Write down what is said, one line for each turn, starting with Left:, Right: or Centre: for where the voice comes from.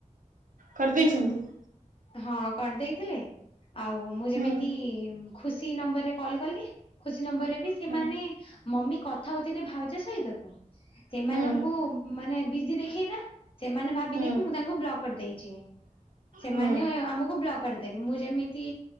Right: କରିଦେଇଛନ୍ତି?
Left: ହଁ କରିଦେଇଥିଲେ ଆଉ ମୁଁ ଯେମିତି
Right: ହୁଁ
Left: ଖୁସି ନମ୍ବର ରେ କଲ କଲି ଖୁସି ନମ୍ବର ରେ ବି ସେମାନେ
Right: ହୁଁ
Left: ମମି କଥା ହଉଥିଲେ ଭାଉଜ ସହିତ ତ ସେମାନଙ୍କୁ
Right: ହୁଁ
Left: ମାନେ ବିଜି ଦେଖେଇଲା ସେମାନେ ଭାବିଲେ
Right: ହୁଁ
Left: କି ମୁଁ ତାଙ୍କୁ ବ୍ଲକ କରିଦେଇଛି। ସେମାନେ
Right: ହୁଁ।
Left: ଆମକୁ ବ୍ଲକ କରିଦେଲେ ମୁଁ ଯେମିତି